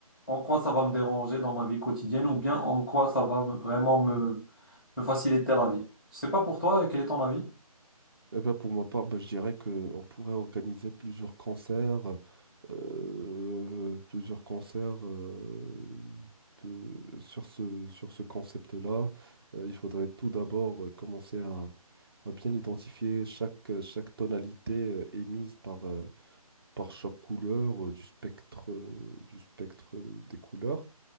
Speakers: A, in the centre; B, on the right.
A: en quoi ça va me déranger dans ma vie quotidienne ou bien en quoi ça va me- vraiment me, me faciliter la vie. Je sais pas pour toi, quel est ton avis?
B: Eh ben, pour ma part, ben, je dirais qu'on pourrait organiser plusieurs concerts, euh, plusieurs concerts euh, de- sur ce, sur ce concept-là. Euh, il faudrait tout d'abord euh, commencer à, à bien identifier chaque, euh, chaque tonalité euh, émise par, euh, par chaque couleur euh, du spectre, euh, du spectre euh, des couleurs.